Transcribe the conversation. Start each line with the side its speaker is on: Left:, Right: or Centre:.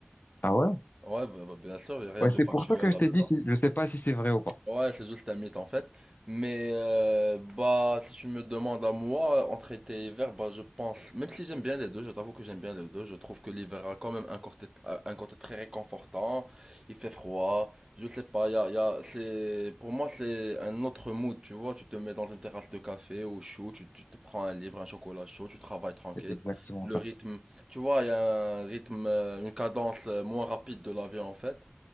Left: Ah ouais?
Right: Ouais, bah, bah, bien sûr, il n'y a rien
Left: Ouais,
Right: de
Left: c'est
Right: factuel
Left: pour ça que
Right: là-dedans.
Left: je t'ai dit, si- je sais pas si c'est vrai ou pas.
Right: Ouais, c'est juste un mythe en fait. Mais euh, bah, si tu me demandes à moi, entre été et hiver, bah, je pense, même si j'aime bien les deux, je t'avoue que j'aime bien les deux, je trouve que l'hiver a quand même un côté, euh, un côté très réconfortant, il fait froid, je sais pas, y a, y a, c'est, pour moi, c'est un autre mood, tu vois, tu te mets dans une terrasse de café au chaud, tu, tu te prends un livre, un chocolat chaud, tu travailles tranquille,
Left: C'est exactement
Right: le
Left: ça.
Right: rythme, tu vois, il y a un rythme, euh, une cadence euh, moins rapide de la vie en fait.